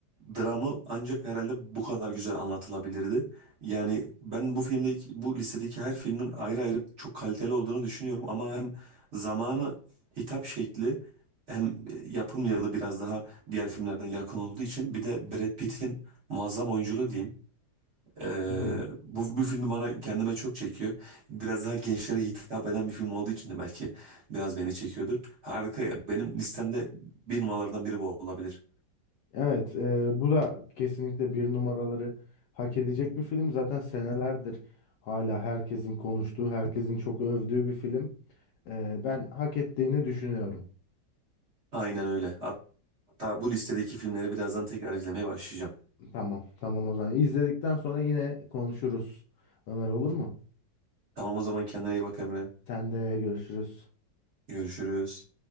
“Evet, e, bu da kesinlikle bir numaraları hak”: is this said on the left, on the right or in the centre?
Left